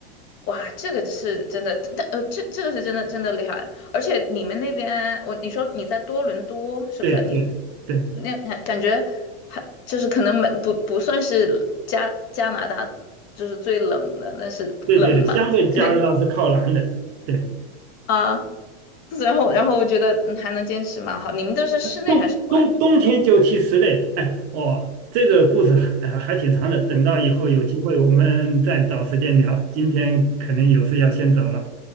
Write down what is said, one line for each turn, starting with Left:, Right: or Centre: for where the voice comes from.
Left: 哇，这个是真的，但呃，这这个是真的真的厉害。而且你们那边，我你说你在多伦多是不是？
Right: 对对对
Left: 你那那感觉还就是可能没不不算是加加拿大就是最冷的，但是冷嘛，
Right: 对对，相对加拿大是靠南的，
Left: 感觉
Right: 对
Left: 啊，然后然后我觉得嗯还能坚持蛮好。你们都是室内还是室外？
Right: 冬冬冬天就踢室内，哎，哦，这个故事还呃还挺长的，等到以后有机会我们再找时间聊。今天可能有事要先走了，